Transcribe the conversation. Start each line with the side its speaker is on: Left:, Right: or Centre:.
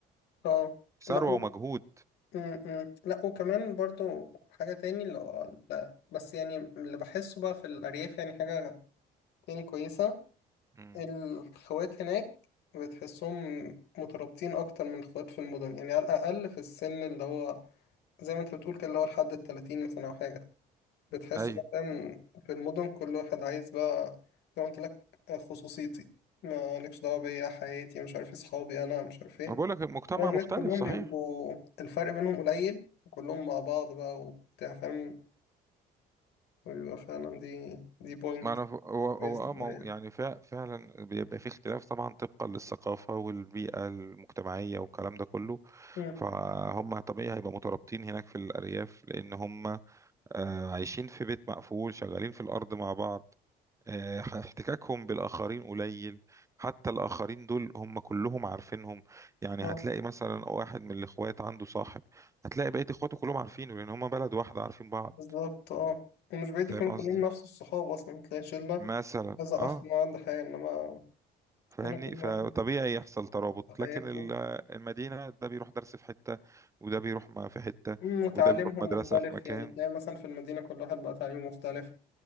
Left: اه
Right: ثروة
Left: لا و-
Right: ومجهود
Left: م- م. لا وكمان برضو حاجة تاني اللي هو لا بس يعني اللي بحسه بقى في الأرياف يعني حاجة تاني كويسة
Right: مم.
Left: الخوات هناك بتحسهم مترابطين أكتر من الخوات في المدن يعني على الأقل في السن اللي هو زي ما أنت بتقول كده اللي هو لحد التلاتين مثلا أو حاجة بتحس
Right: ايوه
Left: بقى فاهم في المدن كل واحد عايز بقى زي ما قلت لك خصوصيتي مالكش دعوة بيا حياتي مش عارف إيه، صحابي أنا مش عارف إيه
Right: ما بقول لك المجتمع
Left: إنما هناك
Right: مختلف
Left: كلهم
Right: صحيح
Left: بيبقوا الفرق بينهم قليل وكلهم مع بعض بقى وبتاع فاهم وبيبقى فعلا دي دي بوينت
Right: ما انا ف- هو هو
Left: كويس
Right: اه
Left: للدنيا.
Right: ما هو يعني فع- فعلا بيبقى في اختلاف طبعا طبقا للثقافة والبيئة المجتمعية والكلام ده كله
Left: مم.
Right: فهم طبيعي هيبقى مترابطين هناك في الأرياف لأن هم آه، عايشين في بيت مقفول شغالين في الأرض مع بعض آه، احتكاكهم بالآخرين قليل حتى الآخرين دول هم كلهم عارفينهم يعني
Left: مم.
Right: هتلاقي مثلا واحد من الإخوات عنده صاحب هتلاقي بقية إخواته كلهم عارفينه لأن هم بلد واحدة عارفين بعض
Left: بالظبط اه ومش بعيد
Right: فاهم
Left: يكونوا
Right: قصدي
Left: كلهم نفس الصحاب أصلا تلاقي شلة
Right: مثلا
Left: كذا
Right: اه
Left: أخ ما عنده حاجة إنما
Right: فاهمني
Left: هنا كل واحد
Right: فطبيعي يحصل ترابط
Left: في حياته
Right: لكن ال- المدينة ده بيروح درس في حتة وده بيروح ما في حتة
Left: أمم، وتعليمهم
Right: وده بيروح مدرسة
Left: مختلف
Right: في مكان
Left: يعني تلاقي مثلا في المدينة كل واحد بقى تعليمه مختلف